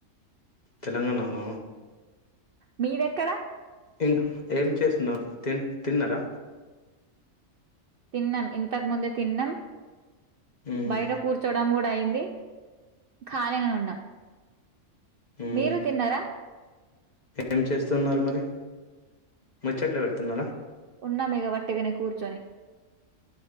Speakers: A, on the left; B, on the right.
A: తెలంగాణన
B: మీరెక్కడ
A: ఇంకా ఏం చేస్తున్నారు తి తిన్నారా
B: తిన్నాం ఇంతకు ముందే తిన్నాం
A: మ్మ్
B: బయట కూర్చోడం కూడా అయింది ఖాళీగానే ఉన్నాం
A: మ్మ్
B: మీరు తిన్నారా
A: ఏం చేస్తున్నారు మరి ముచ్చట్లు పెడుతున్నారా
B: ఉన్నా బిగవ నే కూర్చనే